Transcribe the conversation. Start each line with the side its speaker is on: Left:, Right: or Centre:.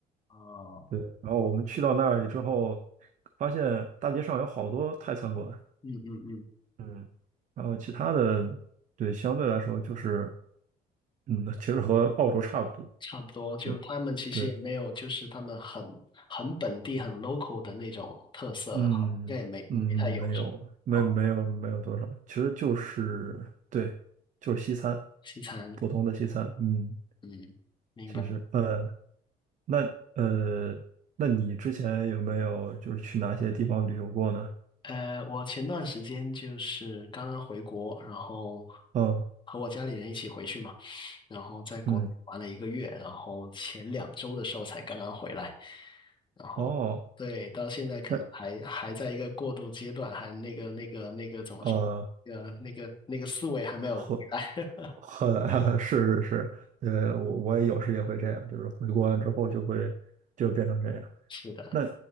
Left: 哦，
Right: 对，然后我们去到那里之后，发现大街上有好多泰餐馆，
Left: 嗯嗯嗯，
Right: 嗯然后其他的，对，相对来说就是，嗯，其实和澳洲差不多，
Left: 差不多。就他们其实也没有，
Right: 对，对，
Left: 就是他们很很本地、很 local 的那种特色，
Right: 嗯嗯，
Left: 应该也没没太有什么哦，
Right: 没有，没没有没有多少，其实就是对，就是西餐，
Left: 西餐。
Right: 普通的西餐，嗯，
Left: 嗯，明白。
Right: 其实，呃，那呃，那你之前有没有就是去哪些地方旅游过呢？
Left: 呃，我前段时间就是刚刚回国，然后
Right: 嗯
Left: 和我家里人一起回去嘛，然后在国内玩了一个月，
Right: 嗯，
Left: 然后前两周的时候才刚刚回来，然后对，
Right: 哦。
Left: 到现在可能还还在一个过渡阶段，
Right: 那。
Left: 还那个那个那个怎么说，
Right: 呃，
Left: 呃，那个那个思维还没有回来。
Right: 会
Left: <laughs>
Right: 很 <laughs> 是是是，呃，我我也有时也会这样，就是回国完之后就会就变成这样。
Left: 是的。
Right: 那